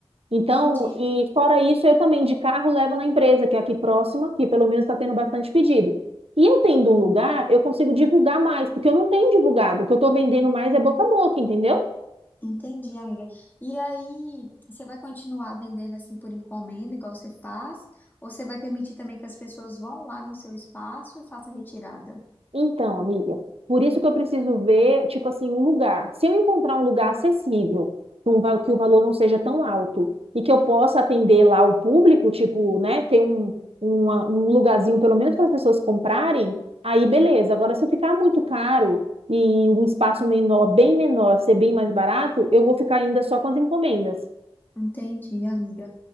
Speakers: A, on the right (about 80°); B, on the left (about 20°).
A: Então,
B: Entendi.
A: e fora isso, eu também de carro levo na empresa, que é aqui próxima, que pelo menos está tendo bastante pedido. E eu tendo um lugar, eu consigo divulgar mais, porque eu não tenho divulgado. O que eu estou vendendo mais é boca a boca, entendeu?
B: Entendi, amiga. E aí, você vai continuar vendendo assim por encomenda, igual você faz? Ou você vai permitir também que as pessoas vão lá no seu espaço e façam a retirada?
A: Então, amiga, por isso que eu preciso ver, tipo assim, um lugar. Se eu encontrar um lugar acessível, que, um, va- que o valor não seja tão alto e que eu possa atender lá o público, tipo, né, ter um, uma- um lugarzinho pelo menos para as pessoas comprarem, aí beleza. Agora, se ficar muito caro e um espaço menor, bem menor, ser bem mais barato, eu vou ficar ainda só com as encomendas.
B: Entendi, amiga.